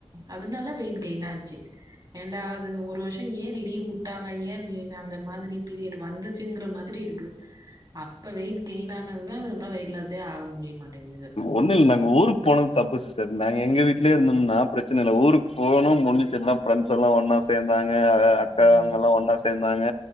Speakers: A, on the right (about 40°); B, on the left (about 60°).
A: அதுனால வெயிட் கெயின் ஆச்சி ஏன்டா அது ஒரு வருஷொ ஏ லீவ் உட்டாங்க ஏ <unintelligible> அந்த மாதிரி பீரியட் வந்துச்சிங்குற மாதிரி இருக்கு அப்ப வெயிட் கெயினா ஆனதுதா அதுக்கப்றொ வெயிட் லாஸே ஆக முடிய மாட்டேங்குது
B: ஒண்ணு இல் நாங்க ஊருக் போனது தப்பு சிஸ்டர் நாங்க எங்க வீட்லயே
A: ம்,
B: இருந்துருந்தா பிரச்சன இல்ல ஊருக்கு போக்னூ முடிஞ்சுச்சேன்தா ஃபிரண்ட்ஸ்ஸெல்லா ஒன்னாஸ் சேந்தாங்க அக அக்கா
A: ம்,
B: அவங்கல்லா ஒன்னா சேந்தாங்க